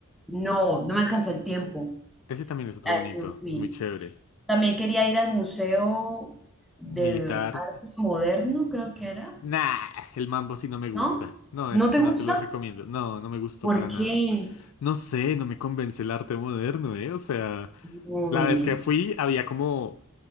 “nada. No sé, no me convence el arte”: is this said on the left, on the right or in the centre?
Left